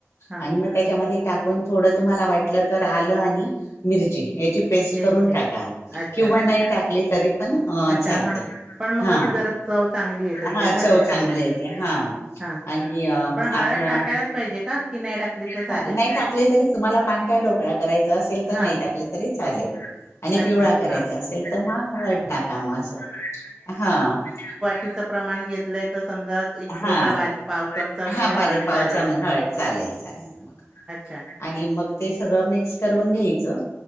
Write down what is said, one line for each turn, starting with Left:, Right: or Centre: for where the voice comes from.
Right: हां
Left: आणि म त्याच्यामध्ये टाकून थोडं तुम्हाला वाटलं तर आलं आणि मिरची. याची पेस्ट
Right: मिरची
Left: करून टाका
Right: अच्छा
Left: किंवा नाही टाकली तरी पण अ
Right: अच्छा
Left: चालते
Right: हां पण मग
Left: हं
Right: कसं जरा चव चांगली येत असेल
Left: हा
Right: ना
Left: चव
Right: त्याच्यामुळे
Left: चांगली येते हा.
Right: हां
Left: आणि अ
Right: पण हळद
Left: आपल्या
Right: टाकायलाच पाहिजे का की नाही टाकली तर
Left: हा
Right: चालेल
Left: नाही टाकली तरी तुम्हाला पांथट ढोकळा करायचा असेल तर
Right: हा
Left: नाही टाकलं तरी चालेलं. हा आणि
Right: अच्छा
Left: पिवळा करायचा
Right: हा
Left: असेल तर मग हळद टाका मग असं म हळद टाकायची हं म्हणजे अगदी
Right: तीचं प्रमाण घेतलंय तर समजा एक
Left: हा.
Right: छोटा बारीक पाव चमचा
Left: हा
Right: वगैरे
Left: बारीक
Right: हळद
Left: पाव
Right: चालेलं.
Left: चमचा हळद चालेल चालेल मग.
Right: अच्छा.
Left: आणि मग ते सगळं मिक्स करून घ्यायचं